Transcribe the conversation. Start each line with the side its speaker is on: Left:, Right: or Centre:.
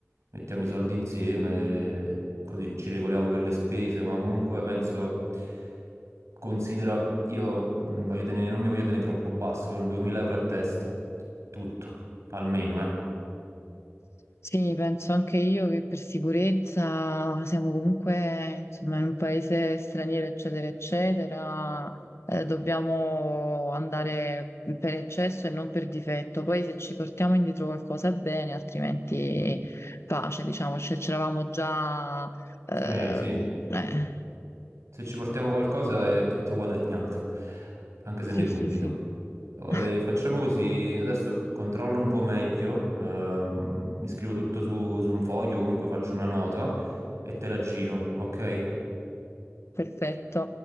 Right: mettiamo i soldi insieme, e così ci regoliamo per le spese, ma comunque penso, considera, io mm, voglio tenere, non mi voglio tenere troppo basso, per un 2000 euro a testa, tutto, almeno, eh.
Left: Sì, penso anche io che per sicurezza siamo comunque, insomma, in un paese straniero, eccetera, eccetera. Eh, dobbiamo andare per eccesso e non per difetto. Poi se ci portiamo indietro qualcosa bene, altrimenti pace, diciamo, ce- c'eravamo già... eh,
Right: Sì, sì,
Left: eh.
Right: Se ci portiamo qualcosa è tutto guadagnato, anche
Left: Sì,
Right: se ne dubito.
Left: sì, sì,
Right: Oh,
Left: <laughs>
Right: e facciamo così, adesso controllo un po' meglio, ehm, mi scrivo tutto su, su un foglio, comunque faccio una nota e te la giro, ok?
Left: perfetto.